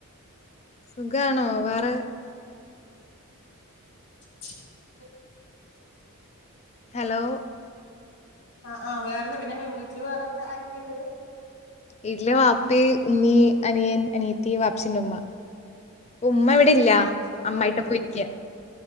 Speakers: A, on the left; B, on the left.
A: സുഖാണോ വേറെ
B: <inaudible>
A: ഹലോ
B: ആഹ് ആഹ് വേറെ എന്താ പിന്നെ വീട്ടില് വേറെൊക്കെ ആരൊക്കെയുണ്ട്
A: വീട്ടില് വാപ്പി, ഉമ്മീ, അനിയൻ, അനിയത്തി, വാപ്പിച്ചിന്റെ ഉമ്മ ഉമ്മ ഇവ പ്പി ഇല്ല്യ
B: ശരി ഉമ്മ
A: അമ്മായിട്ട
B: വീട്ടിൽ തന്നെ.
A: പോയി ഇരിക്ക്യ